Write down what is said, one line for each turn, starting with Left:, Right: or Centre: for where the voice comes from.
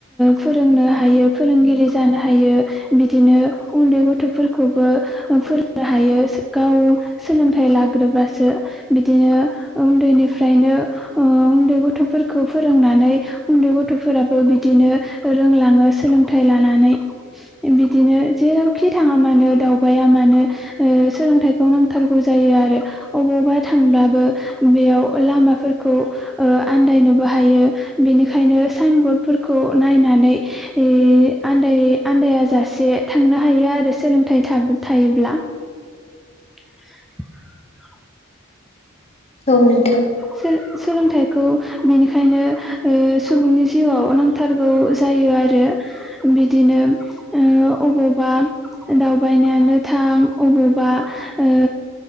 Centre: फोरोंनो हायो फोरोंगिरि जानो हायो बिदिनो उन्दै गथ'फोरखौबो फोरोंनो हायो गाव। सोलोंथाइ लाग्रोबसो बिदिनो उन्दैनिफ्रायनो ओ उन्दै गथ'फोर फोरखौ फोरोंनानै उन्दै गथ'फोराबो बिदिनो रोंलाङो सोलोंथाइ लानानै।
Left: <inaudible>
Centre: बिदिनो जेरावखि थाङा मानो दावबायाया मानो सोलोंथाइखौ नांथारगौ जायो। आरो अबावबा थांब्लाबो बेयाव लामाफोरखौ ओ आन्दायनोबो हायो। ओ बेनिखायनो साइन बरर्डफोरखौ नायनानै ए आन्दायै। आन्दायाजासे थांनो हायो आरो सोलोंथाइ थायोब्ला। <unintelligible>
Left: औ नोंथां।
Centre: सो सोलोंथाइखौ बिनिखायनो सुबुंनि ओ जिउआव नांथारगौ जा। जायो आरो बिदिनो ओ अबावबा। दावबायनोयानो थां अबावबा ओ।